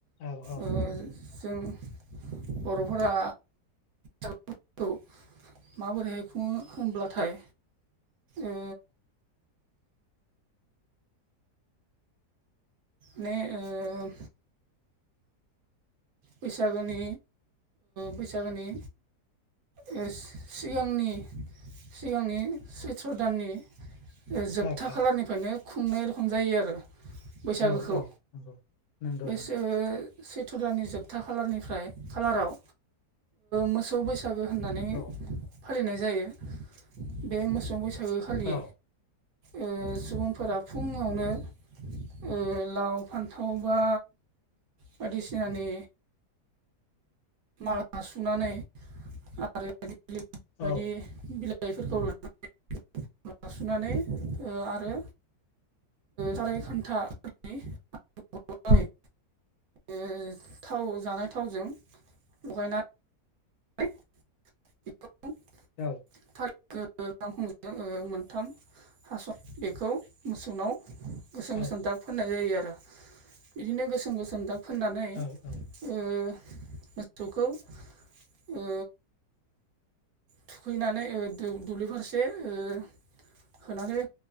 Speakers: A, on the left (about 70°); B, on the right (about 65°).
A: औ औ
B: ओ स जों बर'फोरा आफोरखौ माबोरैहाय खुङो होनब्लाथाय ओ माने ओ बैसागोनि बैसागोनि सिगांनि सिगांनि सैथ्र दाननि जोबथा
A: औ
B: खालारनिफ्रायनो खुंनाय रखम जायो आरो ना। बैसागोखौ
A: औ औ नंगौ
B: बैसो
A: नंगौ
B: सेथ्र दाननि जोबथा खालारनिफ्राय खालाराव मोसौ बैसा गो होननानै
A: औ
B: फालिनाय जायो बे मोसौ बैसागो खालि
A: औ
B: ओ सुबुंफोरा फुङावनो ओ लाव फान्थाव बा बादिसिनानि माला सुनानै आरो <unintelligible> बायदि
A: औ
B: बिलाइ <unintelligible> माला सुनानै आरो साराय खान्थानि <unintelligible> ओ थाव जानाय थावजों लगायना नै <unintelligible>
A: औ
B: थारैनो ओ गाखंजों ओ मोनथाम हास बेखौ मोसौनाव <unintelligible> गोसोम
A: औ
B: गोसोम दाग फोननाय जायो आरो बिदिनो गोसोम गोसोम दाग फोननानै
A: औ औ
B: ओ मोसौखौ ओ थुखैनानै ओ दुब्लि फारसे ओ होनानै